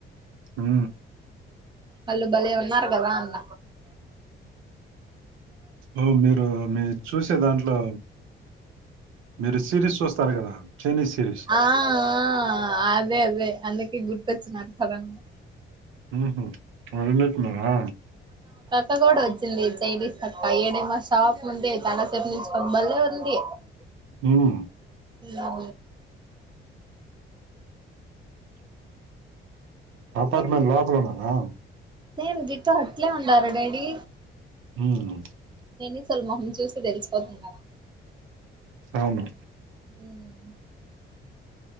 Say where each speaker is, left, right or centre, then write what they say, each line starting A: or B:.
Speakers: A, on the right; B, on the right.
A: ఉ
B: అల్లు భలే ఉన్నార్గదా అన్న
A: ఓ మీరు మీ చూసే దాంట్లో మీరు సిరీస్ చూస్తారు కదా చైనీస్ సిరీస్
B: ఆ ఆ అదే అదే అందుకే గుర్తొచ్చినారు సడెన్ గా
A: ఉ అ విన్నతున్నారా
B: పక్క కూడా వచ్చింది చైనీస్ పక్కా ఈడే మా షాప్ ముందే చాలాసేపు నుంచి కొబ్బలే ఉంది
A: ఉమ్
B: ఉ
A: అపార్ట్మెంట్
B: సేమ్
A: లోపలున్నారా
B: సేమ్ దిటు అట్లే ఉండాలే డేడి
A: ఉమ్
B: నేనుసలు మొహం చూస్తే తెలిసిపోతది కదా
A: అవును
B: హ